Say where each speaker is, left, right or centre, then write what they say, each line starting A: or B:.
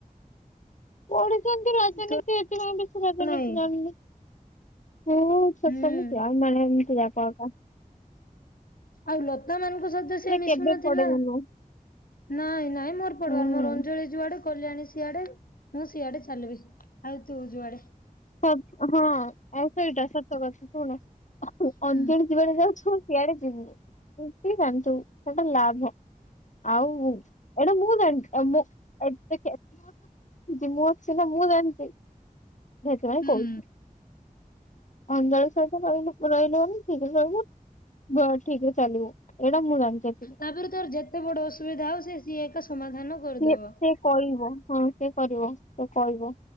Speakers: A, on the left; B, on the left.
A: ପଢିଛନ୍ତି ରାଜନୀତି
B: ତ
A: ଏଥିପାଇଁ ବେଶୀ ରାଜନୀତି
B: ନାଇଁ
A: ଜନିଁ। ସ
B: ହୁଁ
A: ସଲି ମାନେତି <unintelligible>
B: ଆଉ ଲତା ମାନଙ୍କୁ ସହିତ ସେ ମିଶୁ
A: କେବେ
B: ନଥିଲା।
A: ପଡିବୁନୁ
B: ନାଇଁ ନାଇଁ ମୋର ପଡିବାର
A: ହୁଁ
B: ମୋର ଅଞ୍ଜଳି। ଯୁଆଡେ କଲଣୀ ସିଆଡେ ମୁଁ ସିଆଡେ ଚାଲିବି ଆଉ ତୁ ଯୁଆଡେ।
A: ସବ ହଁ। ଆଉ ସେଇଟା ସତ ବର୍ଷ ଶୁଣ
B: ହୁଁ
A: ଅଞ୍ଜଳି ଯିବାଡେ ଯାଉଛୁ ସିଆଡେ ଯିବୁନି। ନି ଯନ୍ତୁ ସେଟା ଲାଭ ଆଉ। ଏଟା ମୁଁଣ୍ଟେ ମୁଁ ଏ ମୁଁର୍ଷ ନା ମୁଁଣ୍ଟେ। ସେଥିପାଇଁ
B: ହୁଁ।
A: କହୁଛି ଅନ୍ଧାର ସହିତ ରହିଲୁ ରହିଲୁନି ଠିକ ରହିଲୁ। ବ ଠିକେ ଚାଲିବୁ ଏଇଟା ମୁଁ ଜାଣିଥିଲି।
B: ତାପରେ ତୋର ଯେତେ ବଡ ଅସୁବିଧା ହଉ ସେ ସିଏ ଏକା ସମାଧାନ କରିଦବ।
A: ସେ ସେ କହିବ ହଁ ସେ କରିବ ସେ କହିବ।